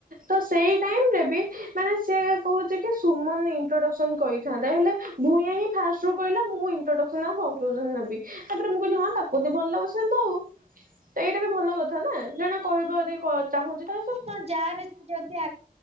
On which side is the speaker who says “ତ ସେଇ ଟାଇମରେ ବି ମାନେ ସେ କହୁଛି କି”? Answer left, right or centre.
Right